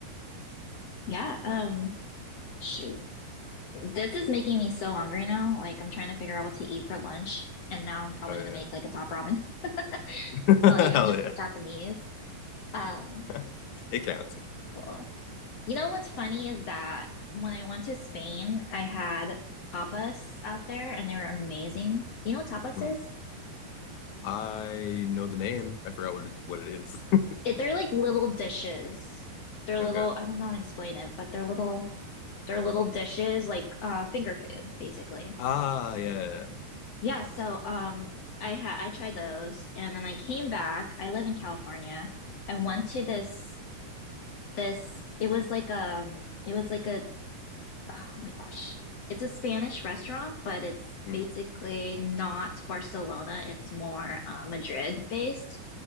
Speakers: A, on the left; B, on the left.
A: yeah, um, shoot. This is making me so hungry now. Like I'm trying to figure out what to eat for lunch, and now I'm probably
B: Oh
A: gonna make like a top ramen. <laughs> It's
B: yeah,
A: not even
B: <laughs> hell
A: Jap
B: yeah,
A: Japanese. Um,
B: <laughs> it counts.
A: cool. You know what's funny is that when I went to Spain, I had tapas out there, and they were amazing. Do you know what tapas
B: Hmm.
A: is?
B: I know the name. I forgot what it, what it is. <laughs>
A: It, they're like little dishes. They're little.
B: Okay.
A: I don't know how to explain it, but they're little. They're little dishes, like uh, finger food, basically.
B: Ah, yeah.
A: Yeah, so um I had I tried those and then I came back. I live in California. I went to this this it was like um it was like a oh my gosh. It's a Spanish restaurant, but it's
B: Mm,
A: basically not Barcelona. It's more uh, Madrid based,